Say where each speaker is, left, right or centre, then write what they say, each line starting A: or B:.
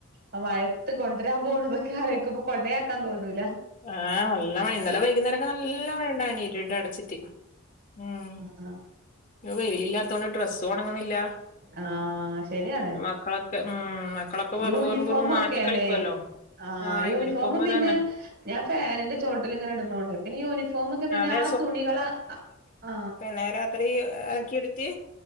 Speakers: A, on the right; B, on the left.
A: ആ, മഴത്ത്, കൊണ്ടരാൻ, പോണതൊക്കെ, ആലോയ്ക്കുമ്പൊ, കൊണ്ടയാക്കാൻ, തോന്നൂല.
B: ആഹ്, നല്ല, മഴെ, ഇന്നലെ, വൈകുന്നേരൊക്കെ, നല്ല മഴ ണ്ടായിനിം, ഇരുടടച്ചിട്ട്, ഉം.
A: ആ.
B: വെയിലില്ലാത്തോണ്ട്, ഡ്രസ്സ്, ഉണങ്ങുന്നില്ല,
A: ആഹ് ശരിയാണ്
B: മക്കള <unintelligible> ഉം, മക്കളൊക്കെ, വെറ്,
A: യൂണിഫോമൊക്കെയാണ്
B: വെറും, വെറും, മാറ്റി കളിക്കുവല്ലോ,
A: ആഹ്
B: ആ, യൂണിഫോമ്,
A: പിന്നെ
B: തന്നെ.
A: ഞാൻ, ഫാനിന്റെ, ചോട്ടില്, ഇങ്ങനെ, ഇട്ണോണ്ടയ്, പിന്നെ, യൂണിഫോമൊക്കെ, പിന്നെ,
B: അതെ
A: ആ, തുണികള, അ, ആ
B: അന്നെ, രാത്രി, അലക്കിയിടിട്ട്,